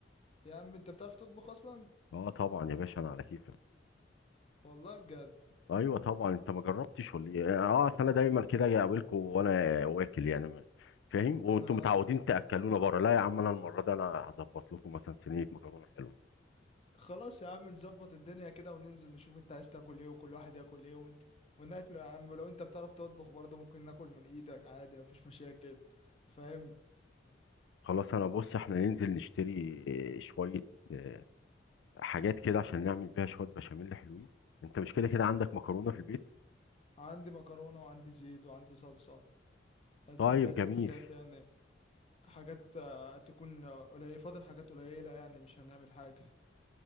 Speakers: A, on the left; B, on the left.
A: يا عم انت بتعرف تطبخ اصلا
B: اه طبعا يا باشا انا على كيفك
A: والله بجد
B: ايوه طبعا انت ما جربتش ولا ايه اه اصل انا دايما كده اجي اقابلكم وانا واكل يعني ما- فاهم وانتم
A: اه
B: متعودين تاكلونا بره لا يا عم انا المره دي انا هظبط لكم مثلا صينيه مكرونه حلوه
A: خلاص يا عم نظبط الدنيا كده وننزل نشوف انت عايز تاكل ايه وكل واحد ياكل ايه ون... وناكله يا عم ولو انت بتعرف تطبخ برضه ممكن ناكل من ايدك عادي مفيش مشاكل فاهم
B: خلاص انا بص احنا ننزل نشتري شويه آه، حاجات كده عشان نعمل بيها شويه بشاميل حلوين انت مش كده كده عندك مكرونه في البيت
A: عندي مكرونه وعندي زيت وعندي صلصه عايزين
B: طيب
A: بقيه
B: جميل
A: الحاجات يعني حاجات آه، تكون آه، قليله فاضل حاجات قليله يعني مش هنعمل حاجه